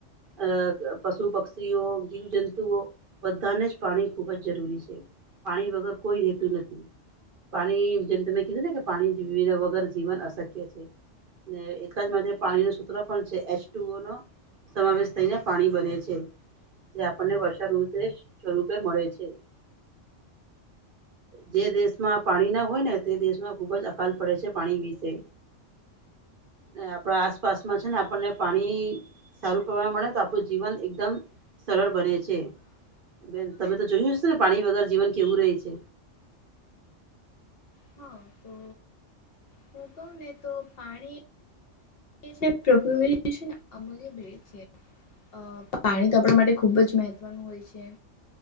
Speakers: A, on the right (about 50°); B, on the left (about 55°).
A: અ પશુ પક્ષીઓ જીવજંતુઓ બધાને જ પાણી ખૂબ જ જરૂરી છે પાણી વગર કોઈ રહેતું નથી. પાણી જેમ તમે કીધું ને કે પાણી વગર જીવન અશક્ય છે ને <unintelligible> પાણી નો સૂત્ર પણ છે એચ ટુ ઓ નો સમાવેશ થઈને પાણી બને છે. જે આપણને વર્ષાઋતે સ્વરૂપે મળે છે. જે દેશમાં પાણી ના હોય ને તે દેશમાં ખુબ જ અકાલ પડે છે પાણી વિશે. ને આપણા આસપાસમાં છે ને આપણને પાણી સારું પ્રમાણ માં મળે તો આપણું જીવન એકદમ સરળ બને છે બેન તમે તો જોયું હશે ને પાણી વગર જીવન કેવું રહે છે.
B: હા તો હું કહું ને તો પાણી <unintelligible> અમૂલ્ય ભેટ છે. અ પાણી તો આપણા માટે ખુબ જ મહત્વનું હોય છે.